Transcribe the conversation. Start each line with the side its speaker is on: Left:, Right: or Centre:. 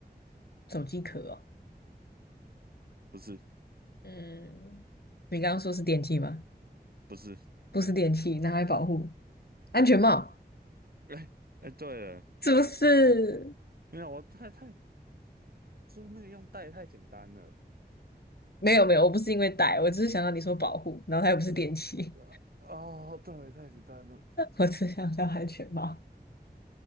Left: 手机壳哦。
Right: 不是
Left: 嗯，你刚刚说是电器吗？
Right: 不是，
Left: 不是电器，拿来保护安全帽，
Right: <laughs> 哎哎，对了，
Left: 是不是？
Right: 没有，我太太说那个用袋太简单了？
Left: 没有没有，我不是因为戴，我只是想到你说保护，然后它又不是电器，
Right: 啊哦，对，太简单了。
Left: <laughs> 我只想到安全帽。